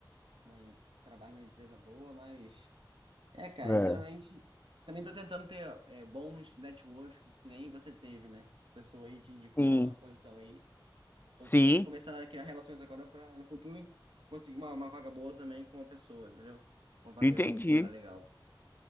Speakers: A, on the right; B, on the left.
A: uma, em- trabalho numa empresa boa, mas. É, cara,
B: É.
A: geralmente também tô tentando ter é, bons networks que nem você teve, né? A pessoa aí te indicou
B: Sim.
A: uma posição aí. Tô
B: Sim,
A: meio que começando a criar relações agora pra no futuro conseguir uma, uma vaga boa também com uma pessoa, entendeu? Uma vaga
B: entendi.
A: em algum lugar legal.